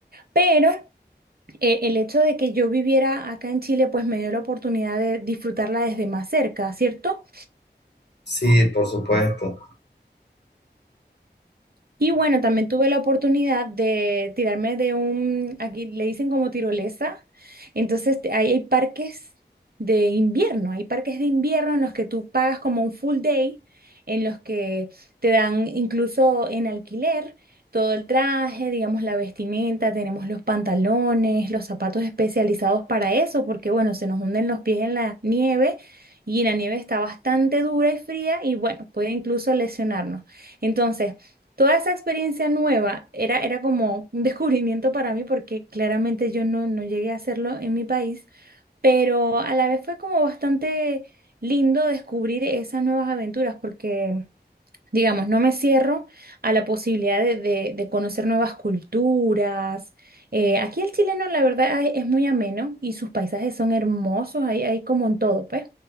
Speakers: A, on the right; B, on the left.
A: Pero eh, el hecho de que yo viviera acá en Chile, pues me dio la oportunidad de disfrutarla desde más cerca, ¿cierto?
B: sí, por supuesto.
A: Y bueno, también tuve la oportunidad de tirarme de un, aquí le dicen como tirolesa, entonces te- ahí hay parques de invierno, hay parques de invierno en los que tú pagas como un full day, en los que te dan incluso en alquiler todo el traje, digamos la vestimenta, tenemos los pantalones, los zapatos especializados para eso, porque bueno, se nos hunden los pies en la nieve y la nieve está bastante dura y fría y bueno, puede incluso lesionarnos. Entonces toda esa experiencia nueva era, era como un descubrimiento para mí porque claramente yo no, no llegué a hacerlo en mi país, pero a la vez fue como bastante lindo descubrir esas nuevas aventuras porque... Digamos, no me cierro a la posibilidad de, de- de conocer nuevas culturas. Eh, aquí el chileno, la verdad, es, es muy ameno y sus paisajes son hermosos, hay, hay como en todo, pues.